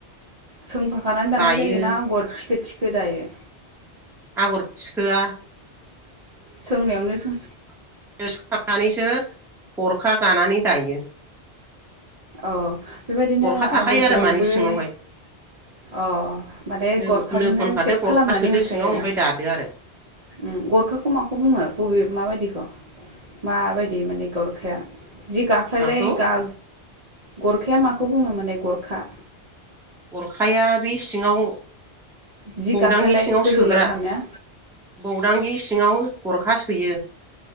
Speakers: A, on the right; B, in the centre.
A: सोंफा नानै दानाय
B: दायो
A: जायोना आगर थिखो दायो
B: आगर थिखोआ
A: सोंनायावनो सों
B: फाखानानैसो गरखा गानानै दायो।
A: अ बेबायदिनो
B: गरखा थाखायो
A: आगर
B: आरो
A: गंब्रै
B: मानि सिङावहाय
A: अ माने
B: नोबो
A: गरखाजोंनो
B: नो खनखादो
A: सेभ
B: गरखा
A: खालामनानै
B: सोदो
A: होखायो
B: सिङाव
A: आरो
B: ओमफ्राय दादो आरो
A: ओम गरखाखौ माखौ बुङो बबे माबायदिखौ माबायदि माने गरखाया जि गाखायलाय
B: माखौ
A: गा गरखाया माखौ बुङो माने गरखा?
B: अरखाया बे सिङाव
A: जि
B: बौदांगि
A: गाख्लायलाय
B: सिङाव
A: फोजौलाय
B: सोग्रा
A: खालामनाया
B: बौदांगि सिङाव गरखा सोयो।